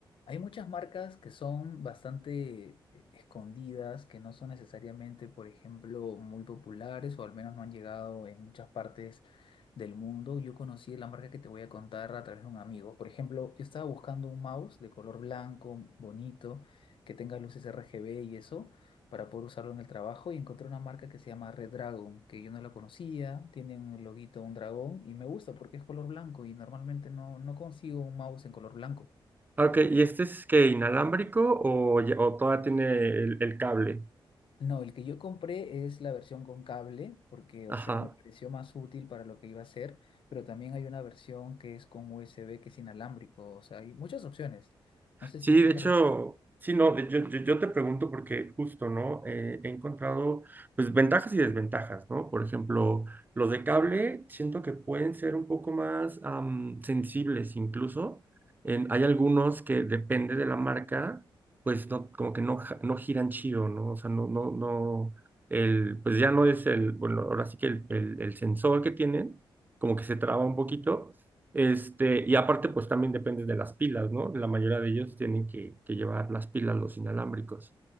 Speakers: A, on the left; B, on the right.
A: Hay muchas marcas que son bastante eh, escondidas, que no son necesariamente, por ejemplo, muy populares o al menos no han llegado en muchas partes del mundo. Yo conocí la marca que te voy a contar a través de un amigo. Por ejemplo, yo estaba buscando un mouse de color blanco, bonito, que tenga luces RGB y eso, para poder usarlo en el trabajo y encontré una marca que se llama Red Dragon, que yo no la conocía, tiene un loguito, un dragón y me gusta porque es color blanco y normalmente no, no consigo un mouse en color blanco.
B: Ah, Ok, ¿y este es que inalámbrico o, ya- o todavía tiene el, el cable?
A: No, el que yo compré es la versión con cable, porque, o
B: Ajá.
A: sea, me pareció más útil para lo que iba a hacer, pero también hay una versión que es con USB, que es inalámbrico, o sea, hay muchas opciones. No sé
B: Sí,
A: si tú...
B: de
A: de
B: hecho,
A: rep-
B: sí, no, de- yo, yo, yo te pregunto porque justo, ¿no? Eh, he encontrado, pues, ventajas y desventajas, ¿no? Por ejemplo, los de cable siento que pueden ser un poco más am, sensibles incluso. En- hay algunos que depende de la marca, pues, no, como que no, ja- no giran chido, ¿no? O sea, no, no, no, el, pues ya no es el, bueno, ahora sí que el, el, el sensor que tienen, como que se traba un poquito. Este, y aparte, pues también depende de las pilas, ¿no? La mayoría de ellos tienen que, que llevar las pilas, los inalámbricos.